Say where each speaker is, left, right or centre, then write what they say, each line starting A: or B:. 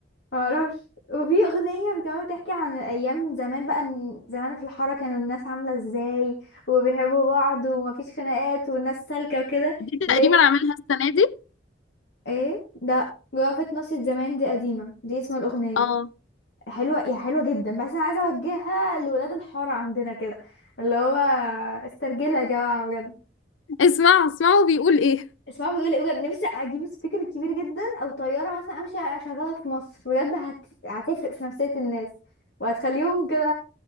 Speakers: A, on the left (about 60°); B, on the left (about 85°).
A: معرفش وفي أغنية كمان بتحكي عن أيام زمان بقى إن زمان في الحارة كانوا الناس عاملة ازاي وبيحبوا بعض ومفيش خناقات والناس سالكة وكده
B: دي
A: ليه
B: تقريبا عاملها السنة دي
A: ايه ده وقفة ناصية زمان دي قديمة دي اسم الأغنية
B: اه
A: حلوة يا حلوة جدا بس أنا عايزة أوجهها لولاد الحارة عندنا كده اللي هو استرجلها يا جماعة بجد
B: اسمع اسمعوا بيقول ايه
A: اسمها بيقول ايه بجد نفسي اجيب سبيكر كبير جدا او طياره مثلا امشي اشغلها في مصر بجد هت... هتفرق في نفسيه الناس وهتخليهم كده